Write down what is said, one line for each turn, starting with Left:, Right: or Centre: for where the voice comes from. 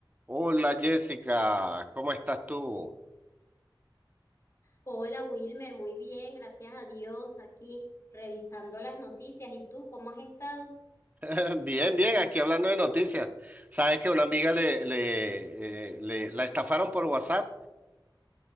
Right: Hola Jessica, ¿cómo estás tú?
Left: Hola Wilmer, muy bien, gracias a Dios, aquí revisando las noticias. ¿Y tú cómo has estado?
Right: <laughs> Bien, bien, aquí hablando de noticias. Sabes que una amiga le, le, eh, le- la estafaron por WhatsApp,